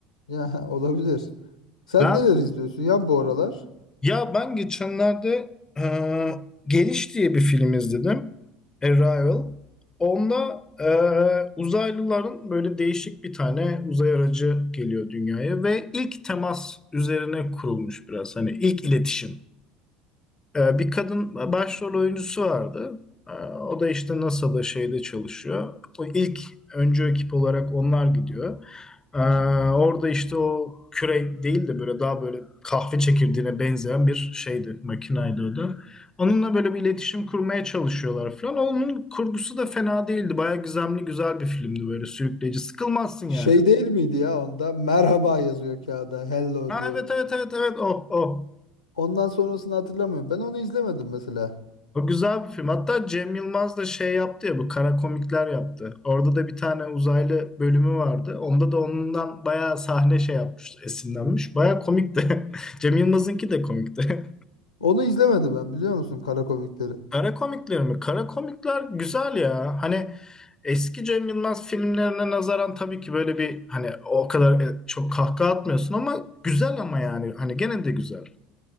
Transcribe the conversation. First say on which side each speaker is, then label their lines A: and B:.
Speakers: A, on the left (about 80°); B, on the left (about 15°).
A: Ya <laughs> olabilir. Sen
B: Ben
A: neler izliyorsun ya bu aralar?
B: ya ben geçenlerde e, Geliş diye bir film izledim. Arrival. Onda e, uzaylıların böyle değişik bir tane uzay aracı geliyor dünyaya ve ilk temas üzerine kurulmuş biraz. Hani ilk iletişim. Ee, Bir kadın başrol oyuncusu vardı. Ee, O da işte NASA'da şeyde çalışıyor. O ilk öncü ekip olarak onlar gidiyor. Ee, Orada işte o küre değil de böyle daha böyle kahve çekirdeğine benzeyen bir şeydi, makinaydı o da. Onunla böyle bir iletişim kurmaya çalışıyorlar falan. Onun kurgusu da fena değildi. Bayağı gizemli güzel bir filmdi böyle sürükleyici. Sıkılmazsın
A: Şey
B: yani.
A: değil miydi ya onda? Merhaba yazıyor kağıda. Hello
B: Ha,
A: diyor.
B: evet evet evet evet oh oh
A: Ondan sonrasını hatırlamıyorum. Ben onu izlemedim mesela.
B: O güzel bir film. Hatta Cem Yılmaz da şey yaptı ya bu kara komikler yaptı. Orada da bir tane uzaylı bölümü vardı. Onda da ondan bayağı sahne şey yapmış, esinlenmiş. Bayağı komikti. <laughs> Cem Yılmaz'ınki de komikti.
A: Onu izlemedim ben biliyor musun kara komikleri.
B: <laughs> Kara komikler mi? Kara komikler güzel ya. Hani eski Cem Yılmaz filmlerine nazaran tabii ki böyle bir hani o kadar e, çok kahkaha atmıyorsun ama güzel ama yani hani gene de güzel.